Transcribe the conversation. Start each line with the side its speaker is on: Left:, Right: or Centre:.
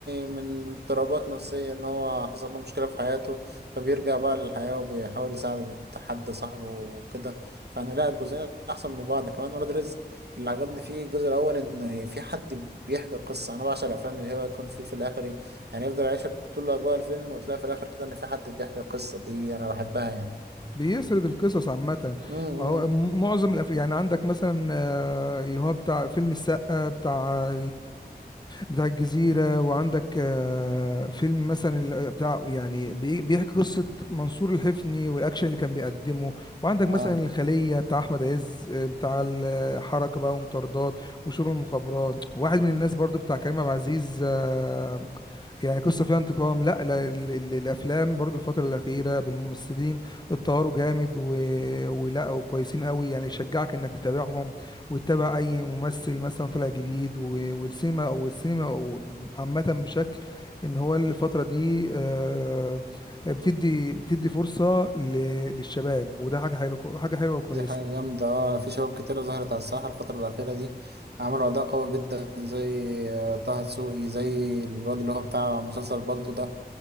Right: من اضطرابات نفسية إن هو حصل له مشكلة في حياته فبيرجع بقى للحياة وبيحاول يساعد حد صاحبه وكده فأنا لا الجزئين أحسن من بعض كمان ولاد رزق اللي عجبني فيه الجزء الأول إن في حد بيحكي قصة أنا بعشق الأفلام اللي هو يكون في في الآخر إيه، يعني يفضل يعيشك طول أجواء الفيلم وتلاقي في الآخر كده إن في حد بيحكي القصة دي أنا بحبها يعني
Left: بيسرد القصص عامة
Right: امم
Left: ما هو م- معظم الأف... يعني عندك مثلا آه، اللي هو بتاع فيلم السقا بتاع بتاع الجزيرة وعندك آه، فيلم مثلا ال- آه، بتاع يعني بي- بيحكي قصة منصور الحفني والأكشن اللي كان بيقدمه وعندك مثلا
Right: اه
Left: الخلية بتاع أحمد عز آه، بتاع الحركة بقى ومطاردات وشغل المخابرات واحد من الناس برضو بتاع كريم عبد العزيز آه، يعني قصة فيها انتقام لا لا ال- ال- الأفلام برضو الفترة الأخيرة بالممثلين اتطوروا جامد و... ولا وكويسين قوي يعني يشجعك إنك تتابعهم وتتابع اي ممثل مثلا طلع جديد و- والسينما او السينما او عامه بشكل ان هو الفتره دي آه، بتدي بتدي فرصه ل- للشباب وده حاجه حلوه حاجه حلوه وكويسه
Right: دي حاجة جامدة اه في شباب كتيرة ظهرت على الساحة الفترة الأخيرة دي عملوا أداء قوي جدا زي آه، طه دسوقي زي الواد اللي هو بتاع مسلسل بالطو ده